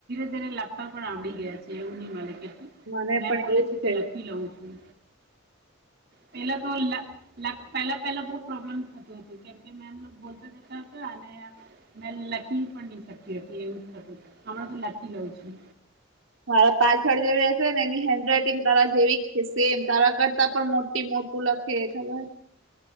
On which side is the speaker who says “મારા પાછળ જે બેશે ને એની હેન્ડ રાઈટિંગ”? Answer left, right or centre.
Right